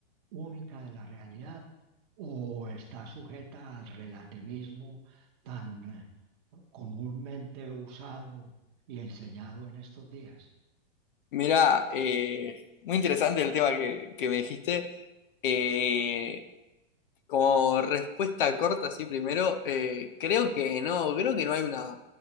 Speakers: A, on the right; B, on the left.
A: única de la realidad o está sujeta al relativismo tan eh, comúnmente usado y enseñado en estos días.
B: Mirá, eh, muy interesante el tema que, que me dijiste. Eh, como respuesta corta, sí, primero, eh, creo que no, creo que no hay una